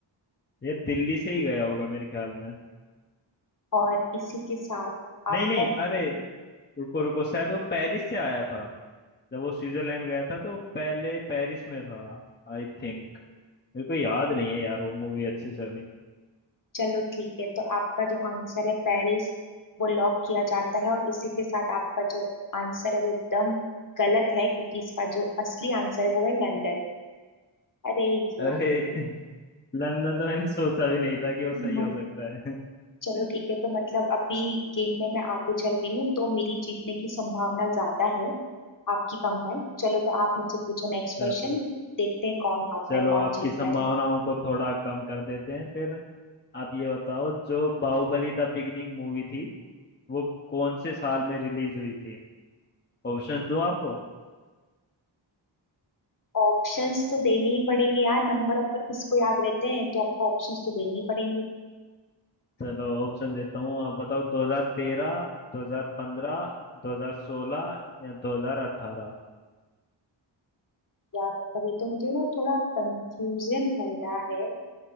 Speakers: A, on the left (about 25°); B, on the left (about 45°).
A: ये दिल्ली से ही गया होगा मेरे ख्याल में
B: और इसी के साथ आपका
A: नहीं नहीं अरे रुको रुको शायद वो पेरिस से आया था जब वो स्विट्जरलैंड गया था तो वो पहले पेरिस में था आई थिंक मेरे को याद नहीं है यार वो मूवी अच्छे से अभी
B: चलो ठीक है तो आपका जो आंसर है पेरिस वो लॉक किया जाता है और इसी के साथ आपका जो आंसर है वो एकदम गलत है क्योंकि इसका जो असली आंसर है वो है लंदन अरे यार
A: अरे <laughs> लंदन तो मैंने सोचा भी नहीं था कि वो सही
B: हम्म,
A: हो सकता है
B: चलो
A: <laughs>
B: ठीक है तो मतलब अभी गेम में मैं आगे चल रही हूँ तो मेरी जीतने की संभावना ज्यादा है आपकी कम है चलो तो आप मुझसे पूछो नेक्स्ट
A: चलो
B: क्वेश्चन देखते हैं कौन हारता
A: चलो
B: है कौन
A: आपकी
B: जीतता
A: संभावनाओं
B: है
A: को थोड़ा कम कर देते हैं फिर आप ये बताओ जो बाहुबली द बिगिनिंग मूवी थी वो कौन से साल में रिलीज हुई थी ऑप्शंस दूं आपको
B: ऑप्शंस तो देने ही पड़ेंगे यार नंबर नंबर किसको याद रहते हैं तो आपको ऑप्शंस तो देने ही पड़ेंगे
A: चलो ऑप्शन देता हूँ आप बताओ 2013 2015 2016 या 2018
B: यार मतलब ये तो मुझे ना थोड़ा कंफ्यूजन हो रहा है